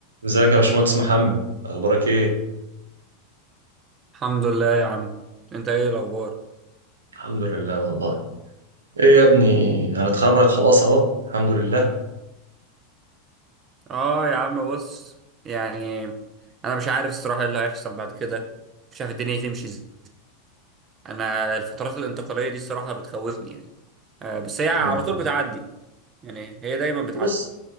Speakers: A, on the right (about 85°); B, on the right (about 35°).
A: ازيك يا باشمهندس محمد اخبارك ايه
B: الحمد لله يا عم انت ايه الاخبار
A: الحمد لله والله ايه يا ابني هنتخرج خلاص اهو الحمد لله
B: اه يا عم بص يعني انا مش عارف الصراحه ايه اللي هيحصل بعد كده مش عارف الدنيا تمشي ازاي انا الفترات الانتقاليه دي الصراحه بتخوفني يعني آه بس هي على
A: ما-
B: طول بتعدي يعني هي دايما بتعدي
A: بص